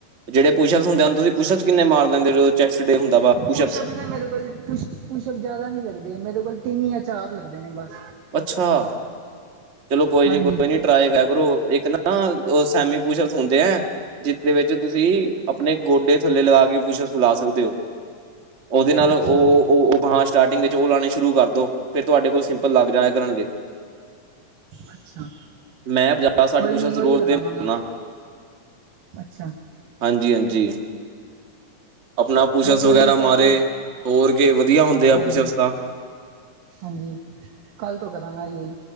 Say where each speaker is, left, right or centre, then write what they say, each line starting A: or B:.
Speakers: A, on the right; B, on the right.
A: ਜਿਹੜੇ ਪੂਸ਼ਪਸ ਹੁੰਦੇ ਹੈ ਤੁਸੀਂ
B: ਅੱਛਾ
A: ਪੂਸ਼ਅਪਸ ਕਿੰਨੇ ਮਾਰ ਲੈਂਦੇ ਐ ਜਦੋ ਚੈਸਟ ਡੇ ਹੁੰਦਾ ਵਾ ਪੂਸ਼ਪਸ-
B: ਪੁਸ਼ਅਪ ਨਾ ਮੇਰੇ ਕੋਲ ਪੁਸ਼ਪ ਜਿਆਦਾ ਨੀ ਲੱਗਦੇ ਮੇਰੇ ਕੋਲ ਤਿੰਨ ਯਾਂ ਚਾਰ ਲੱਗਦੇ ਨੇ ਬਸ
A: ਅੱਛਾ! ਚਲੋ ਕੋਈ
B: ਹਾਂਜੀ
A: ਨੀ-ਕੋਈ ਨੀ ਟਰਾਈ ਕਰ ਲੋ ਇੱਕ ਨਾ ਸੈਮੀ ਪੁਸ਼ਪਸ ਹੁੰਦੇ ਆ। ਜਿਦੇ ਵਿੱਚ ਤੁਸੀਂ ਆਪਣੇ ਗੋਡੇ ਥੱਲੇ ਲਗਾ ਕੇ ਪੁਸ਼ਪ ਲਗਾ ਸਕਦੇ ਹੋ। ਉਹਦੇ ਨਾਲ
B: ਅੱਛਾ
A: ਉਹ ਹਾਂ ਸਟਾਰਟਿੰਗ ਵਿੱਚ ਉਹ ਲਾਉਣੇ ਸ਼ੁਰੂ ਕਰ ਦੋ ਫੇਿਰ ਤੁਹਾਡੇ ਕੋਲ ਸਿੰਪਲ ਲੱਗ ਜਾਇਆ ਕਰਨਗੇ।
B: ਅੱਛਾ।
A: ਮੈਂ ਪੰਜਾਹ ਸੱਠ
B: ਕੋਈ
A: ਪੁਸ਼ਅਪਸ
B: ਨੀ
A: ਰੋਜ਼
B: ਉਇਓ ਲਗਾਵਾਂਗਾ
A: ਦੇ ਮਾਰਨਾ
B: ਅੱਛਾ।
A: ਹਾਂਜੀ-ਹਾਂਜੀ। ਆਪਣਾ ਪੁੂਸ਼ਪ
B: ਚਲੋ ਕੋਈ
A: ਵਗੈਰਾ
B: ਨੀ ਕੱਲ
A: ਮਾਰੇ
B: ਤੋਂ
A: ਹੋਰ ਕੇ ਵਧੀਆ ਹੁੰਦੇ ਆ
B: ਹਾਂਜੀ
A: ਪੁਸ਼ਪਸ ਤਾਂ
B: ਹਾਂਜੀ, ਕੱਲ੍ਹ ਤੋਂ ਕਰਾਂਗਾ ਆ ਜੀ।